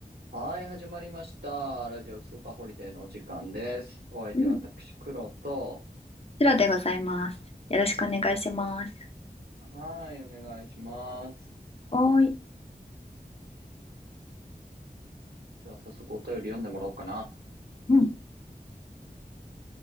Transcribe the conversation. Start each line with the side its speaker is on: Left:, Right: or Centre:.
Right: はい、始まりました。ラジオスーパーホリデーのお時間です。お相手私、
Left: うん、こ
Right: 黒と、
Left: ちらでございます。よろしくお願いします。
Right: はい、お願いします。
Left: おーい。
Right: じゃあ、早速お便り読んでもらおうかな。
Left: うん。